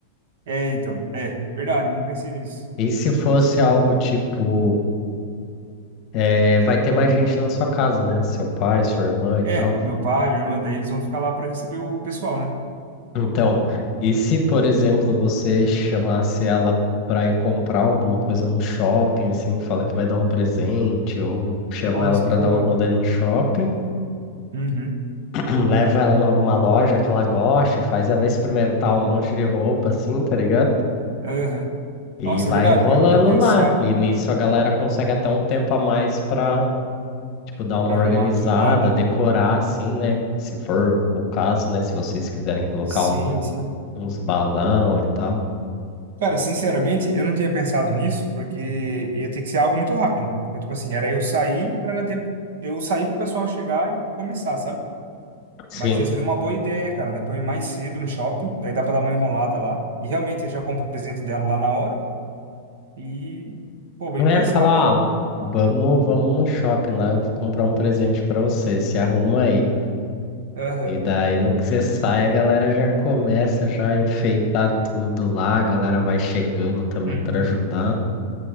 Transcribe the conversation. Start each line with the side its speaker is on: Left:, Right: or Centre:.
Right: É, então, é, verdade, não pensei nisso.
Left: E se fosse algo tipo. é, vai ter mais gente na sua casa, né? Seu pai, sua irmã e
Right: É,
Left: tal.
Right: meu pai, minha irmã, daí eles vão ficar lá para receber o pessoal, né?
Left: Então, e se, por exemplo, você chamasse ela para ir comprar alguma coisa no shopping, assim, fala que vai dar um presente, ou chama
Right: Nossa,
Left: ela para
Right: boa.
Left: dar um rolê no shopping,
Right: Uhum.
Left: <clears throat> leva ela em alguma loja que ela goste, faz ela experimentar um monte de roupa, assim, tá ligado?
Right: Aham.
Left: E
Right: Nossa,
Left: vai
Right: verdade,
Left: enrolando
Right: cara, bem pensado
Left: lá. E nisso a galera consegue até um tempo a mais para tipo, dar uma
Right: para
Left: organizada,
Right: arrumar tudo lá, né?
Left: decorar assim, né? Se for o caso, né? Se vocês quiserem colocar
Right: Sim,
Left: um-
Right: sim.
Left: uns balão e tal.
Right: Cara, sinceramente, eu não tinha pensado nisso, porque ia ter que ser algo muito rápido. Então, tipo assim, era eu sair para dar tempo, eu sair pro pessoal chegar e começar, sabe?
Left: Sim.
Right: Mas essa deu uma boa ideia, cara. Dá pra eu ir mais cedo no shopping, daí dá pra dar uma enrolada lá. E realmente eu já compro o presente dela lá na hora. E, pô, bem
Left: É,
Right: pensado,
Left: falar,
Right: hein?
Left: ah,
Right: Legal.
Left: vamos, vamos no shopping lá, eu vou comprar um presente pra você, se arruma aí.
Right: Aham.
Left: E daí, no que você sai, a galera já começa já a enfeitar tudo lá, a galera vai chegando também
Right: Uhum.
Left: pra ajudar.